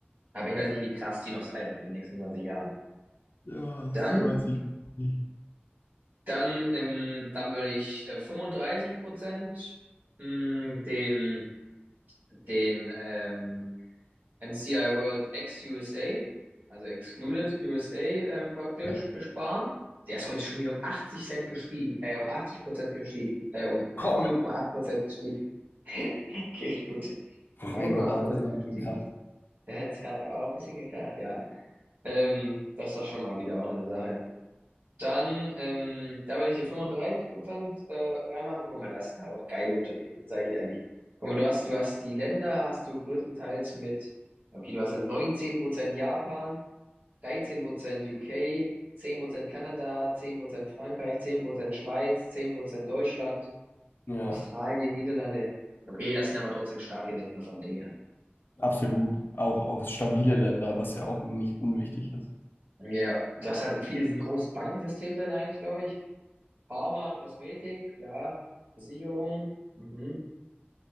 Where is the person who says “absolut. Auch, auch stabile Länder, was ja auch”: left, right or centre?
Left